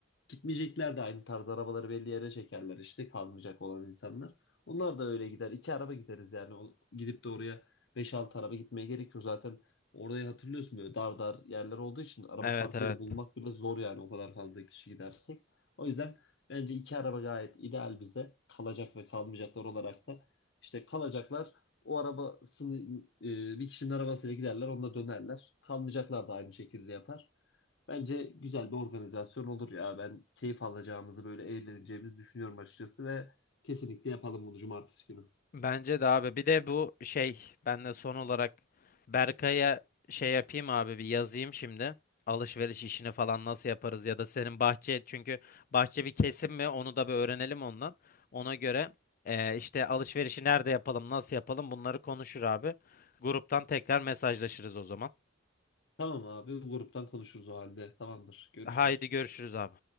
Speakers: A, on the left; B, on the left.
A: Gitmeyecekler de aynı tarz arabaları belli yere çekerler işte kalmayacak olan insanlar. Onlar da öyle gider. İki araba gideriz yani. O- Gidip de oraya beş altı araba gitmeye gerekiyor yok. Zaten orayı hatırlıyorsun böyle dar dar yerler olduğu için araba
B: Evet,
A: park
B: evet.
A: yeri bulmak bile zor yani o kadar fazla kişi gidersek. O yüzden bence iki araba gayet ideal bize. Kalacak ve kalmayacaklar olarak da işte kalacaklar o arabasını e, bir kişinin arabasıyla giderler onunla dönerler. Kalmayacaklar da aynı şekilde yapar. Bence güzel bir organizasyon olur ya. Ben keyif alacağımızı böyle eğleneceğimizi düşünüyorum açıkçası ve kesinlikle yapalım bunu cumartesi günü.
B: Bence de abi. Bir de bu şey ben de son olarak Berkay'a şey yapayım abi bir yazayım şimdi. Alışveriş işini falan nasıl yaparız ya da senin bahçe çünkü bahçe bir kesim mi onu da bir öğrenelim ondan. Ona göre eee, işte alışverişi nerede yapalım nasıl yapalım bunları konuşur abi. Gruptan tekrar mesajlaşırız o zaman.
A: Tamam abi, bu gruptan konuşuruz o halde. Tamamdır. Görüşürüz.
B: Haydi görüşürüz abi.